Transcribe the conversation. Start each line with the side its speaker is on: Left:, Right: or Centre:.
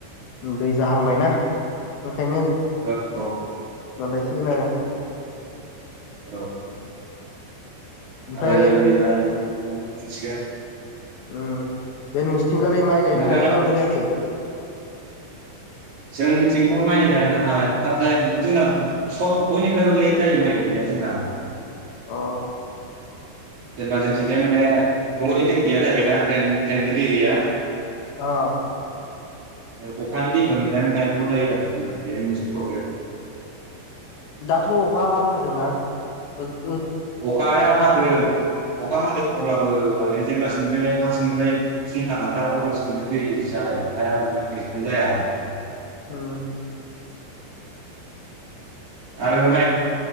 Left: दै जाहांबायना ओंखायनो
Right: औ औ
Left: मोनलायसिगोन आरो।
Right: औ। <unintelligible>
Left: ओमफ्राय ओं बे नोंसोरथिगालि माइ गायनो
Right: नोंथाङा
Left: हानाय जाबायना जायाखै?
Right: जोंनिथिंथ' माइ गायनो हाथाव जायाखै जोंना सब बयनिफ्रायबो लेट जायो माइ गायनाया। जोंना ।
Left: अ
Right: जेनेबा जोंनिथिंजाय माने दंगनि दै गैया जाहैबायना द्रेन ट्रेननि दै गैया।
Left: अ।
Right: अखानि दैखौ नेनानै गायनांगौ जायो आरोना बेहाय मोनसे प्रब्लेम। <inaudible>
Left: दाथ' अखा हाबाय थादोंना ओ
Right: अखाया हादों अखा हादों। अब्लाबो माने जेब्लासिमनिफ्रायनो हासिंनिफ्रायनो फुंखा लांथारा अब्लासो माने दै जा ओंखारा मा <unintelligible> जाया आरो ।
Left: उम।
Right: आरो माइ